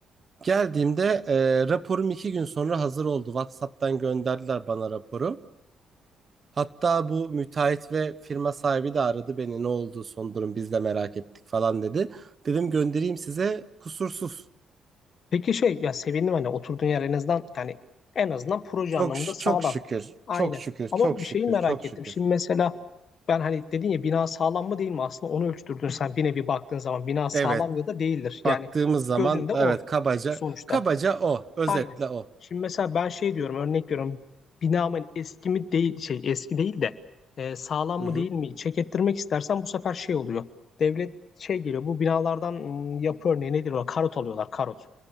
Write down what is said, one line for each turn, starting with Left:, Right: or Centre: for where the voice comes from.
Right: Geldiğimde e, raporum iki gün sonra hazır oldu. WhatsApp'tan gönderdiler bana raporu. Hatta bu müteahhit ve firma sahibi de aradı beni. Ne oldu son durum biz de merak ettik falan dedi. Dedim göndereyim size kusursuz.
Left: Peki şey ya sevindim hani oturduğun yer en azından yani en azından proje
Right: Çok
Left: anlamında
Right: ş-
Left: sağlam.
Right: çok şükür.
Left: Aynı.
Right: Çok şükür. Çok
Left: Ama bir
Right: şükür.
Left: şeyi merak
Right: Çok
Left: ettim.
Right: şükür.
Left: Şimdi mesela ben hani dedin ya bina sağlam mı değil mi? Aslında onu ölçtürdün sen bir nevi baktığın zaman bina sağlam
Right: Evet.
Left: ya da değildir. Yani
Right: Baktığımız zaman
Left: gözünde
Right: evet
Left: o
Right: kabaca
Left: sonuçta.
Right: kabaca o. Özetle
Left: Aynı.
Right: o.
Left: Şimdi mesela ben şey diyorum örnek veriyorum binamın eski mi değil şey eski değil de e, sağlam
Right: Hı
Left: mı
Right: hı.
Left: değil mi çek ettirmek istersen bu sefer şey oluyor. Devlet şey geliyor bu binalardan mm, yapı örneği nedir o karot alıyorlar karot.